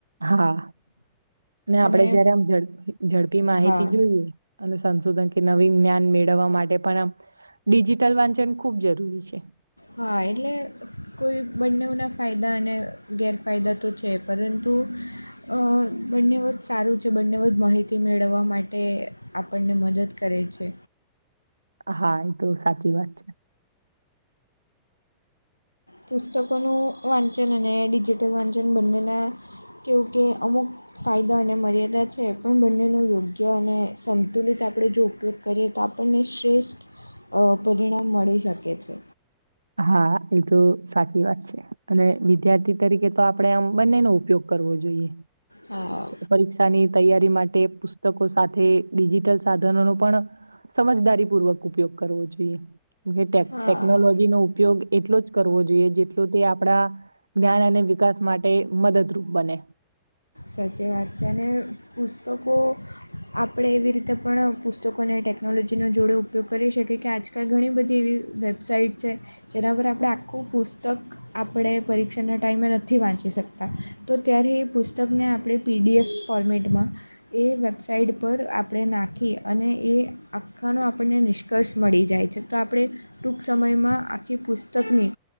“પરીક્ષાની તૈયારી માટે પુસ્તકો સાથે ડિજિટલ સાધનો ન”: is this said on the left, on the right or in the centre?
Right